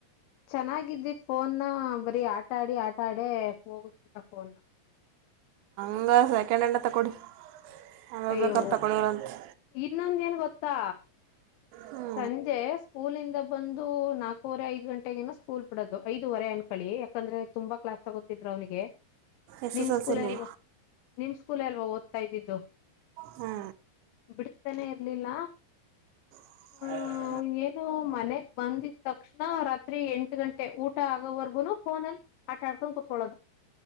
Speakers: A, on the left; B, on the right.
A: <unintelligible> ಚೆನ್ನಾಗಿದ್ದಿತ್ ಫೋನ್ನ ಬರೀ ಆಟಾಡಿ ಆಟಾಡ ಹೋಗಸ್ಕಟ ಫೋನ್ನಾ.
B: ಹ <inaudible> <unintelligible> ತಗೋಡಿ. ಅವಾಗ
A: ಅಯ್ಯೋ
B: ಬೇಕಾದು ತಗೊಳ್ಳಿರಂತೆ.
A: ಇನ್ನೊಂದ ಏನ್ ಗೊತ್ತಾ
B: ಹ್ಞೂ
A: ಸಂಜೆ ಸ್ಕೂಲಿಂದ ಬಂದು. ನಾಲ್ಕೂವರೆ ಐದು ಗಂಟೆ ನ ಸ್ಕೂಲ್ ಬಿಡದು ಐದುವರೆ ಅನ್ಕಳಿ ಯಾಕಂದ್ರೆ ತುಂಬಾ ಕ್ಲಾಸ್ ತಗೋತಿದ್ರು ಅವನಿಗೆ.
B: ಎಸ್
A: ನಿಮ್
B: ಎಸ್ ಎಲ್
A: ಸ್ಕೂಲ್
B: ಸಿಲಿ
A: ಅಲ್ವಾ ನಿಮ್ ಸ್ಕೂಲ್ ಅಲ್ವಾ ಓದ್ತಾ ಇದ್ದಿದ್ದು.
B: ಹ್ಞೂ
A: ಬಿಡ್ತಾನೆ ಇರ್ಲಿಲ್ಲ.
B: ಹ
A: ಹ್ಮ
B: <inaudible>
A: ಏನು ಮನೆಗ್ ಬಂದಿದ ತಕ್ಷಣ ರಾತ್ರಿ ಎಂಟು ಗಂಟೆ ಊಟ ಆಗೋವರೆಗುನು ಫೋನಲ್ಲಿ. ಆಟ ಆಡ್ಕೊಂಡ ಕುೂತ್ಕೊಳ್ಳದು.